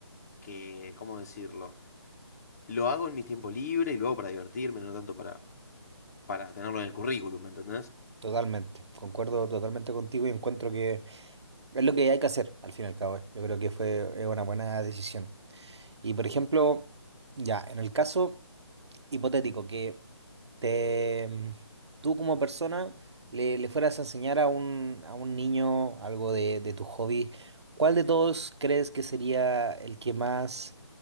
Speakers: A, on the left; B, on the right.
A: que, ¿cómo decirlo? Lo hago en mis tiempos libres y luego para divertirme, no tanto para, para tenerlo en el currículum, ¿me entendés?
B: totalmente. Concuerdo totalmente contigo y encuentro que es lo que hay que hacer al fin y al cabo. eh. Yo creo que fue es una buena decisión. Y por ejemplo, ya, en el caso hipotético que te mm, tú como persona le, le fueras a enseñar a un, a un niño algo de, de tu hobby, ¿cuál de todos crees que sería el que más